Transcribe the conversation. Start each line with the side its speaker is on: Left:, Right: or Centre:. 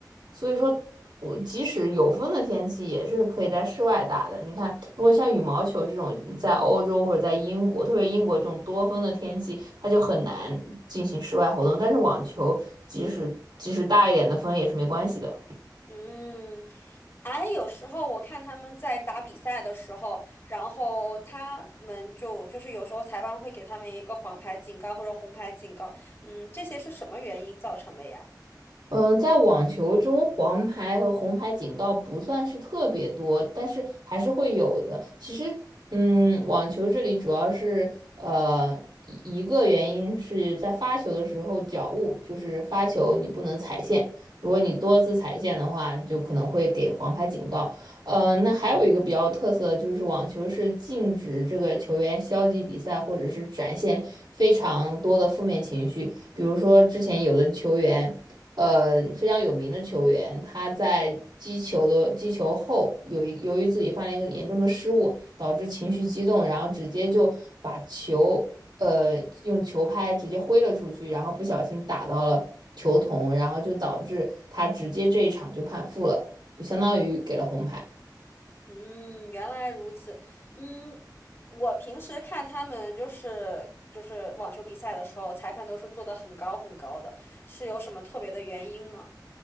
Right: 所以说我即使有风的天气也是可以在室外打的。你看，如果像羽毛球这种在欧洲或者在英国，特别英国这种多风的天气，它就很难进行室外活动。但是网球即使即使大一点的风也是没关系的。
Left: 嗯，哎，有时候我看他们在打比赛的时候，然后他们就就是有时候裁判会给他们一个黄牌警告或者红牌警告，嗯，这些是什么原因造成的呀？
Right: 嗯，在网球中，黄牌和红牌警告不算是特别多，但是还是会有的。其实，嗯，网球这里主要是呃一一个原因是在发球的时候脚误，就是发球你不能踩线，如果你多次踩线的话，就可能会给黄牌警告。呃，那还有一个比较特色的就是网球是禁止这个球员消极比赛或者是展现非常多的负面情绪，比如说之前有的球员。呃非常有名的球员，他在击球的击球后，有于由于自己犯了一个严重的失误，导致情绪激动，然后直接就把球呃用球拍直接挥了出去，然后不小心打到了球童，然后就导致他直接这一场就判负了，就相当于给了红牌。
Left: 嗯，原来如此。嗯，我平时看他们就是就是网球比赛的时候，裁判都是做的很高很高的，是有什么特别的原因吗？